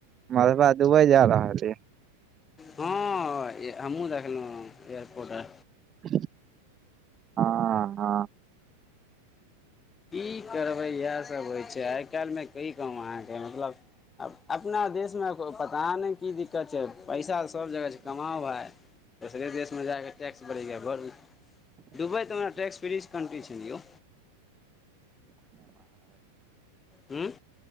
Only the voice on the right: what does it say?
मरबा दुबई जा रहा छै।
हँऽ, हँऽ।